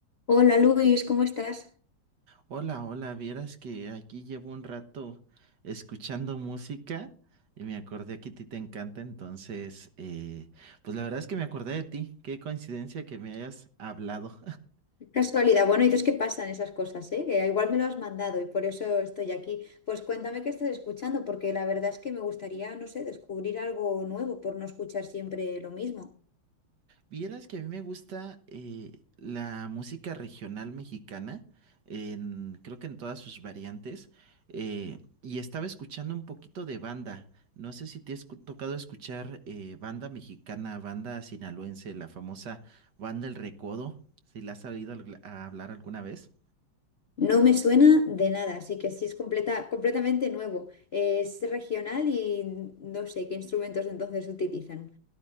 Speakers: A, on the left (about 70°); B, on the right (about 55°).
A: Hola Luis, ¿cómo estás?
B: Hola, hola, vieras que aquí llevo un rato escuchando música y me acordé que a ti te encanta, entonces, eh, pues la verdad es que me acordé de ti. Qué coincidencia que me hayas hablado.
A: Qué Casualidad. Bueno, dices que pasan esas cosas, ¿eh? Que igual me lo has mandado y por eso estoy aquí. Pues cuéntame qué estás escuchando, porque la verdad es que me gustaría, no sé, descubrir algo nuevo por no escuchar siempre lo mismo.
B: Vieras que a mí me gusta eh, la música regional mexicana, en, creo que en todas sus variantes, eh, y estaba escuchando un poquito de banda. No sé si te has tocado escuchar eh, banda mexicana, banda sinaloense, la famosa banda El Recodo, si la has oído al- a hablar alguna vez.
A: No me suena de nada, así que sí es completa, completamente nuevo. Es regional y no sé qué instrumentos entonces utilizan.